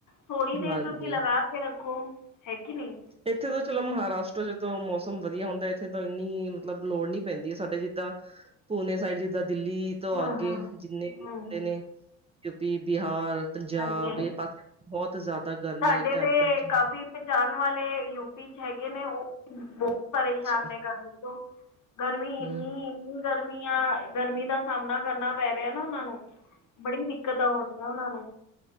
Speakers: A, on the left; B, on the right.
A: ਥੋੜ੍ਹੀ ਦੇਰ
B: ਹਾਂਜੀ,
A: ਤੁਸੀਂ ਲਗਾ ਕੇ ਰੱਖੋ ਹੈ ਕਿ ਨਹੀਂ
B: ਇੱਥੇ ਤਾਂ ਚਲੋ ਮਹਾਰਾਸ਼ਟਰ ਜਦੋਂ ਮੌਸਮ ਵਧੀਆ ਹੁੰਦਾ ਇੱਥੇ ਤਾਂ ਇੰਨੀ ਮਤਲਬ ਲੋੜ ਨੀ ਪੈਂਦੀ ਆ ਸਾਡੇ ਜਿੱਦਾਂ ਪੂਨੇ ਸਾਈਡ ਜਿੱਦਾਂ ਦਿੱਲੀ ਤੋਂ
A: ਹਾਂ
B: ਅਗੇ
A: ਹਾਂ
B: ਜਿੰਨੇ ਵੀ
A: ਹਾਂ
B: ਬੰਦੇ
A: ਹਾਂ
B: ਨੇ ਯੂਪੀ ਬਿਹਾਰ ਪੰਜਾਬ
A: ਹਾਂਜੀ ਹਾਂਜੀ
B: ਇਹ ਪਾਸੇ ਬਹੁਤ ਜ਼ਿਆਦਾ ਗਰਮੀ
A: ਸਾਡੇ
B: ਟੈਂਪਰੇਚਰ
A: ਤਾਂ ਕਾਫੀ ਪਹਿਚਾਣ ਵਾਲੇ ਯੂਪੀ ਚ ਹੈਗੇ ਨੇ ਉਹ ਬਹੁਤ ਪਰੇਸ਼ਾਨ
B: ਅੱਛਾ,
A: ਨੇ ਗਰਮੀ ਤੋਂ ਗਰਮੀ ਇੰਨੀ
B: ਹੂੰ
A: ਇੰਨੀ ਗਰਮੀ ਆ ਗਰਮੀ ਦਾ ਸਾਹਮਣਾ ਕਰਨਾ ਪੈ ਰਿਹਾ ਉਹਨਾਂ ਨੂੰ ਬੜੀ ਦਿੱਕਤਾਂ ਹੋਦੀਆਂ ਉਹਨਾਂ ਨੂੰ